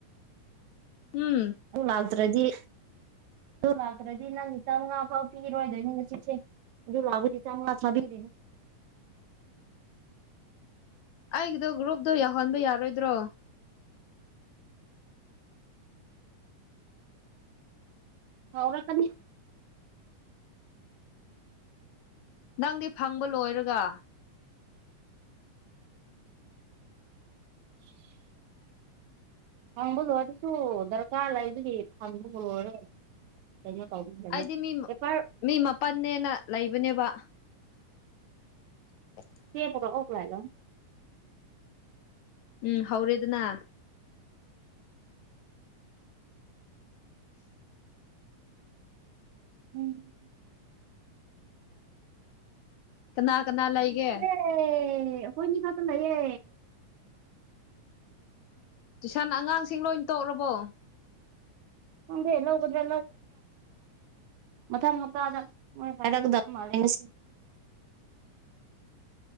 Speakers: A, on the left; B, on the right.
A: ꯎꯝ
B: ꯑꯗꯨ ꯂꯥꯛꯇ꯭ꯔꯗꯤ ꯑꯗꯨ ꯂꯥꯛꯇ꯭ꯔꯗꯤ ꯅꯪ ꯈꯤꯇꯪ ꯉꯥ ꯐꯥꯎ ꯄꯤꯔꯣꯏꯗꯣꯏꯅꯤ ꯉꯁꯤꯁꯦ ꯗ ꯂꯕꯨꯗꯤꯇꯥꯁꯕꯤꯅꯦ
A: ꯑꯩꯒꯤꯗꯣ ꯒ꯭ꯔꯨꯞꯗꯣ ꯌꯥꯎꯍꯟꯕ ꯌꯥꯔꯣꯏꯗ꯭ꯔꯣ
B: ꯍ ꯀ
A: ꯅꯪꯗꯤ ꯐꯪꯕ ꯂꯣꯏꯔꯒ
B: <inaudible> ꯍꯪꯣꯂꯣ ꯑꯗꯨꯁꯨ ꯆꯆꯥ ꯂꯩꯕꯗꯤ ꯊꯝꯕ ꯍꯧꯔꯨꯔꯦ ꯀꯩꯅꯣ ꯇꯧꯕ ꯀꯅ
A: ꯑꯩꯗꯤ ꯃꯤ
B: ꯑꯦꯦꯄꯔ
A: ꯃꯤ ꯃꯥꯄꯅꯦꯅ ꯂꯩꯕꯅꯦꯕ <inaudible>
B: ꯁꯤ ꯐ ꯑꯣꯛꯂꯑꯒ
A: ꯎꯝ ꯍꯧꯔꯦ ꯑꯗꯨꯅꯥ
B: ꯎꯝ
A: ꯀꯅꯥ ꯀꯅꯥ ꯂꯩ ꯑꯩꯒꯦ
B: ꯑꯦ ꯍꯣꯏꯅꯤꯀꯣ ꯂꯒꯦ
A: ꯇꯨꯏꯁꯟ ꯑꯉꯥꯡꯁꯤꯡ ꯂꯣꯏ ꯇꯣꯛꯔꯕꯣ
B: ꯅꯦꯂ ꯎꯗ꯭ꯔ ꯃꯊꯪ ꯃꯄꯥꯗ ꯃꯣꯏ ꯍꯥꯏꯔꯛꯀꯗꯕ ꯃꯥꯜꯂꯦ ꯉꯁꯤ